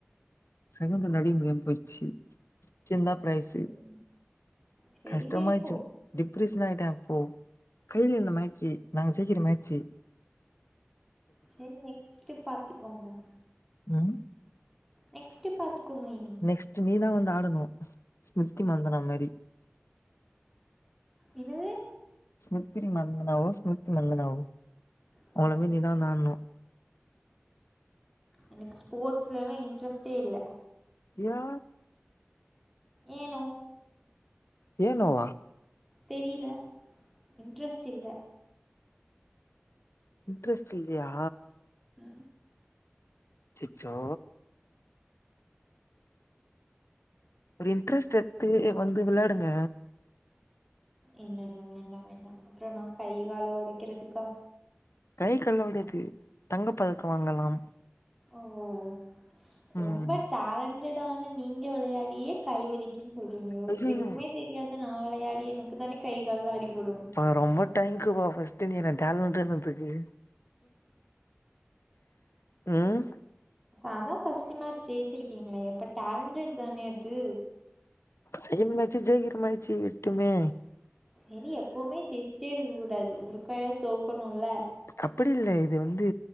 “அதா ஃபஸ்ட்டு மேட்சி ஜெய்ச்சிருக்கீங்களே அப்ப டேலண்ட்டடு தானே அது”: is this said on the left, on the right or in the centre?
Centre